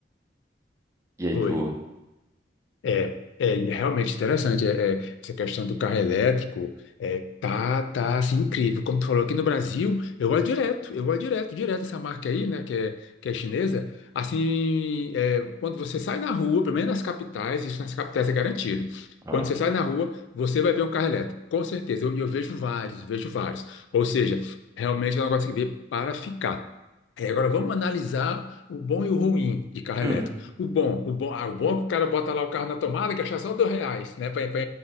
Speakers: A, on the right; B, on the left.
A: e aí
B: Oi.
A: tu.
B: É, é realmente interessante é, é, essa questão do carro elétrico. É, tá, tá assim incrível. Como tu falou aqui no Brasil, eu olho direto, eu olho direto, direto essa marca aí, né, que é, que é chinesa. Assim, é, quando você sai na rua, pelo menos nas capitais, isso nas capitais é garantido.
A: Ah.
B: Quando você sai na rua, você vai ver um carro elétrico, com certeza. E eu, eu vejo vários, vejo vários. Ou seja, realmente é um negócio que veio para ficar. É, agora vamos analisar o bom e o ruim de carro
A: Hum.
B: elétrico. O bom, o bom, ah, o bom é que o cara bota lá o carro na tomada e gasta só dois reais, né? Pra, pra,